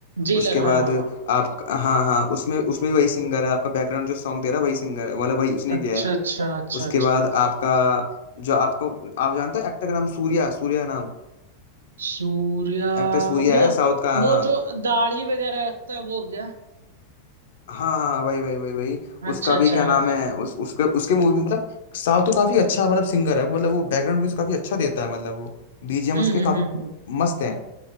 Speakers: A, on the right; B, on the left.
A: जेलर
B: उसके
A: हाँ
B: बाद
A: हाँ हाँ
B: आप हाँ हाँ उसमें उसमें भी वही सिंगर है आपका बैकग्राउंड जो सॉन्ग दे रहा है वही सिंगर है मतलब वही उसने
A: अच्छा
B: किया है
A: अच्छा अच्छा
B: उसके
A: अच्छा
B: बाद आपका जो आपको आप जानते हैं एक्टर का नाम सूर्या सूर्या नाम
A: सूर्या
B: एक्टर सूर्या
A: वो
B: है साउथ का
A: वो
B: हाँ
A: जो दाढ़ी वगैरह रखता है वो क्या
B: हाँ हाँ वही वही वही वही
A: अच्छा
B: उसका
A: अच्छा
B: भी क्या
A: हाँ
B: नाम
A: हाँ
B: है उस उसके उसके मूवी मतलब साउथ तो काफी अच्छा मतलब सिंगर है मतलब वो बैकग्राउंड म्यूजिक काफी अच्छा देता है मतलब वो बीजीएम
A: हम्म
B: उसके
A: हम्म
B: काफी
A: हम्म हम्म।
B: मस्त है